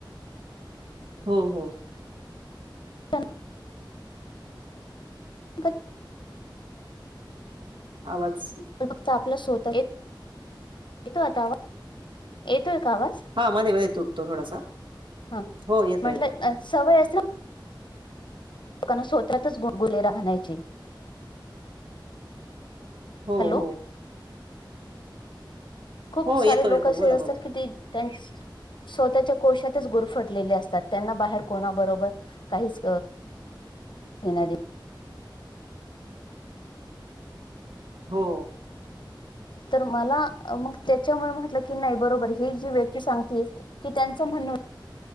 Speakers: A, on the right (about 75°); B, on the left (about 70°).
A: हो हो.
B: पण गत
A: आवाज
B: ते फक्त आपला स्वतः येत, येतो आता आवाज? येतोय का आवाज?
A: हा मध्ये मध्ये तुटतो थोडासा,
B: हा
A: हो येतो
B: म्हटलं
A: येतो.
B: अ, सवय असते ना, कान सोतातच गुदगुले राहण्याचे
A: हो
B: हॅलो
A: हो.
B: खूप
A: हो
B: सारे
A: येतो
B: लोक
A: येतो
B: असे
A: बोला
B: असतात
A: बोला
B: की, ते त्यांस स्वतःच्या कोशातच गुरफटलेले असतात. त्यांना बाहेर कोणाबरोबर काहीच हेना देन
A: हो.
B: तर मला मग त्याच्यामुळे म्हटलं की नाही, बरोबर हे जी व्यक्ती सांगते. की त्यांचं म्हणण हो